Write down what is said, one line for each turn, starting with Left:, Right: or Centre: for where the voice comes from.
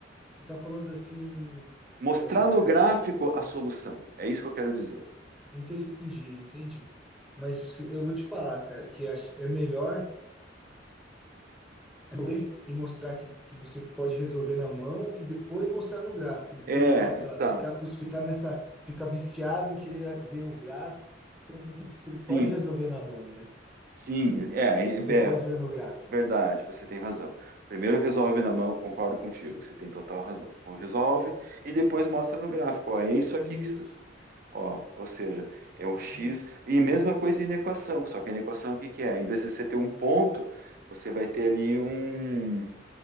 Centre: você está falando assim,
Right: Mostrar
Centre: é,
Right: no gráfico a solução. É isso que eu quero dizer.
Centre: entendi, entendi. Mas eu vou te falar, cara, que acho- é melhor É correr e mostrar que, que você pode resolver na mão e depois mostrar no gráfico, do que
Right: É,
Centre: o cara fa-
Right: tá.
Centre: ficar, cus- ficar nessa, ficar viciado em querer ver o gráfico, sendo que se ele pode
Right: Sim,
Centre: resolver na mão, né?
Right: sim. É, é, é
Centre: E depois ver no gráfico.
Right: verdade, você tem razão. Primeiro resolve na mão, concordo contigo, você tem total razão. Então, resolve e depois mostra no gráfico. Ó, é isso aqui
Centre: Isso,
Right: que. você- Ó, ou seja, é o
Centre: aham,
Right: x. E mesma coisa em equação, só que na equação o que que é? Em vez de você ter um ponto, você vai ter ali um.